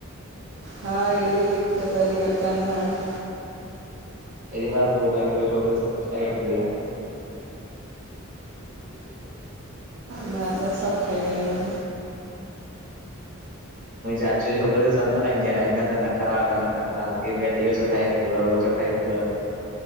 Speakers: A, on the right; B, on the right.
A: हा हेड़ी कोई दिक्क़त वारी ॻाल कान ए हाणे।
B: पहिरी बार तो ॿुधां त कोई छोकरी सब कुछु खाई वठंदी आ।
A: मां त सब खाई लांयां।
B: मुंजे चाचू जी छोकिरी त सब न खाईंदी आ, हिन ते नखरा, उन ते नख़रा, चए भई अॼु ही छो ठायए। त उहो छो ठाई अथव।